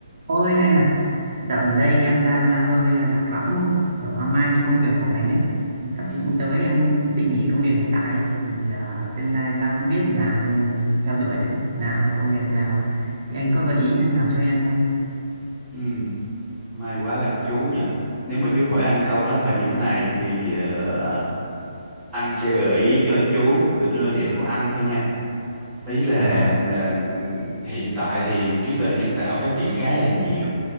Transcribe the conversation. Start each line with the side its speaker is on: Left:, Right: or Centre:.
Right: Ôi anh à, dạo gần đây em đang à, hơi à, lạc lõng, kiểu hoang mang cho công việc của mình ấy. Sắp
Centre: Ừ,
Right: tới em định nghỉ công việc hiện tại thì à, tương lai em đang không biết là nên theo đuổi lĩnh vực nào hay công việc nào ấy. Thì anh
Centre: ừ,
Right: có gợi ý nào cho em không anh?
Centre: ừ. May quá gặp chú nhỉ. Nếu mà chú hỏi anh câu đó thời điểm này thì ờ, anh sẽ gợi ý cho chú dựa trên quan điểm của anh thôi nha. Ý là
Right: Dạ vâng,
Centre: ờ, hiện tại thì trí tuệ nhân tạo phát triển khá là nhiều.